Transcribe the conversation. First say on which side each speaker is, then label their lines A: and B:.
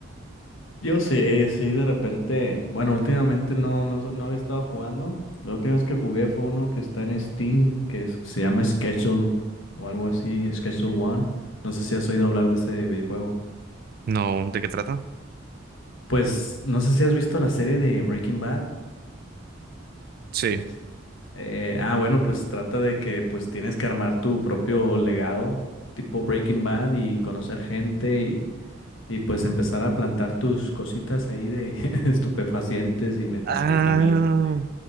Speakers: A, on the left; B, on the right.
A: Yo sí, sí, de repente, bueno, últimamente no, no, so- no había estado jugando. La última vez que jugué fue uno que está en Steam, que es- se llama Schedule o algo así, Schedule One. No sé si has oído hablar de ese videojuego.
B: No, ¿de qué trata?
A: Pues no sé si has visto la serie de Breaking Bad.
B: Sí.
A: Es- eh, ah, bueno, pues trata de que pues tienes que armar tu propio legado, tipo Breaking Bad, y conocer gente y, y, pues empezar a plantar tus cositas ahí de <laughs> estupefacientes y metanfetamina.
B: Ah,